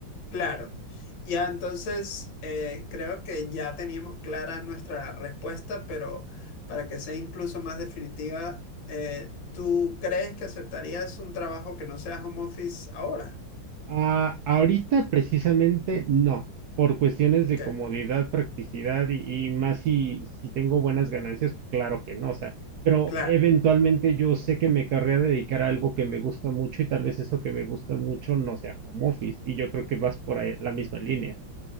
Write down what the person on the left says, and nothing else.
claro. Ya entonces eh, creo que ya teníamos clara nuestra respuesta, pero para que sea incluso más definitiva, eh, ¿tú crees que aceptarías un trabajo que no sea home office ahora?
Ok,
claro.